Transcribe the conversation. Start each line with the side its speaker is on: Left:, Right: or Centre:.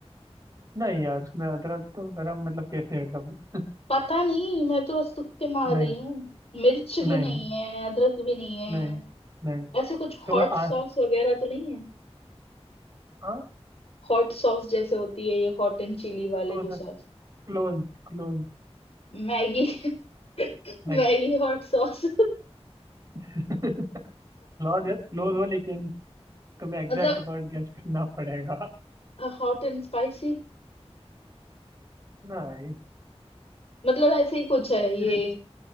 Right: नहीं यार उसमें अदरक तो गरम मतलब कैसे मतलब
Left: पता नहीं मैं तो बस तुक्के मार
Right: नहीं
Left: रही हूँ मिर्च भी
Right: नहीं
Left: नहीं है अदरक भी नहीं है
Right: नहीं नहीं
Left: ऐसे कुछ
Right: तुम्हें
Left: हॉट सॉस
Right: आ
Left: वगैरह तो नहीं है
Right: हाँ
Left: हॉट सॉस जैसे होती है ये हॉट एंड चिली वाले
Right: क्लोज
Left: जो sauce
Right: क्लोज क्लोज
Left: Maggi <laughs>
Right: नहीं
Left: Maggi hot sauce
Right: <laughs> क्लोज है क्लोज हो लेकिन तुम्हें एग्जैक्ट
Left: <laughs> मतलब
Right: वर्ड गेस करना पड़ेगा
Left: हॉट एंड स्पाइसी
Right: नहीं
Left: मतलब ऐसे ही कुछ है ये
Right: मुझे-